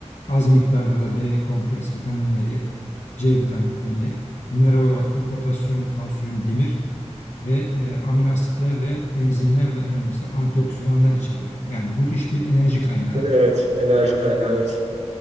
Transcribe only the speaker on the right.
Evet. Enerji kaynağı. Evet.